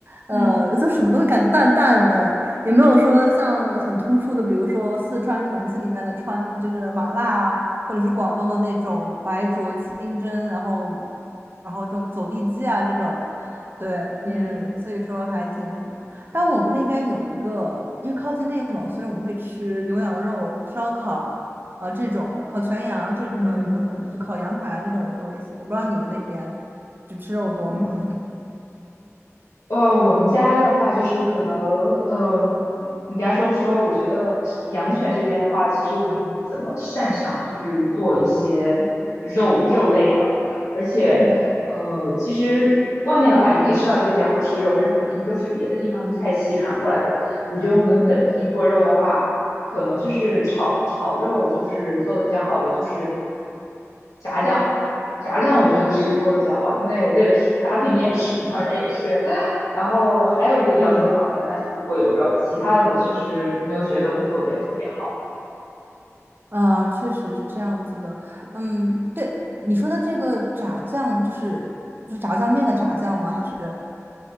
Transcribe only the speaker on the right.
呃，
就什么都会感觉淡淡的，也没有说像很突出的，比如说四川、重庆里面的川，就是麻辣啊，或者是广东的那种白灼清蒸，然后，然后这种走地鸡啊这种，对，也所以说还挺那什么。
但我们那边有一个，因为靠近内蒙，所以我们会吃牛羊肉烧烤。呃这种烤全羊这呃也不烤就烤羊排这种多一些。
我不知道你们那边就吃肉多吗？
嗯
嗯，
啊，确实是这样子的。
嗯，对，你说的这个炸酱，就是就是炸酱面的炸酱吗？还是